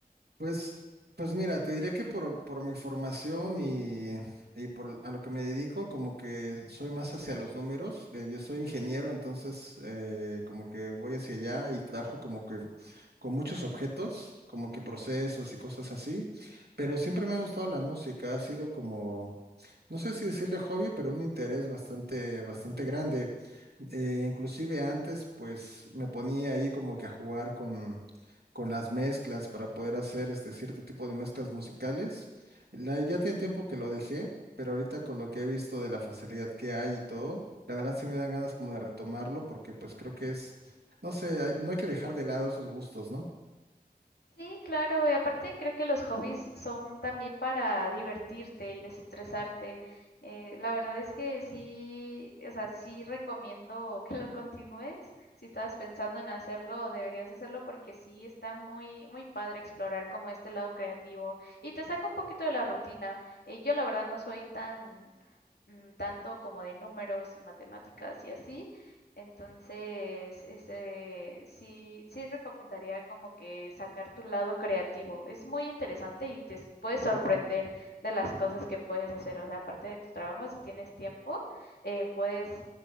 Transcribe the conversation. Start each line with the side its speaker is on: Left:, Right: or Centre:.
Right: Pues, pues mira, te diré que por, por mi formación y, y por a lo que me dedico, como que soy más hacia los números. Eh, yo soy ingeniero, entonces eh, como que voy hacia allá y trabajo como que con muchos objetos, como que procesos y cosas así. Pero siempre me ha gustado la música, ha sido como, no sé si decirle hobby, pero un interés bastante, bastante grande. Eh, inclusive antes, pues me ponía ahí como que a jugar con con las mezclas para poder hacer este cierto tipo de mezclas musicales. La- ya tiene tiempo que lo dejé, pero ahorita con lo que he visto de la facilidad que hay y todo, la verdad sí me dan ganas como de retomarlo porque pues creo que es, no sé, hay- no hay que dejar de lado esos gustos, ¿no?
Left: Sí, claro, y aparte creo que los hobbies son también para divertirte y desestresarte. Eh, la verdad es que sí, o sea, sí recomiendo <laughs> que lo continúes. Si estabas pensando en hacerlo, deberías hacerlo porque sí está muy, muy padre explorar como este lado creativo y te saca un poquito de la rutina. Eh, yo la verdad no soy tan mm, tanto como de números y matemáticas y así. Entonces, ese, sí, sí recomendaría como que sacar tu lado creativo. Es muy interesante y te s- puedes sorprender de las cosas que puedes hacer. O sea, aparte de tu trabajo, si tienes tiempo, eh, puedes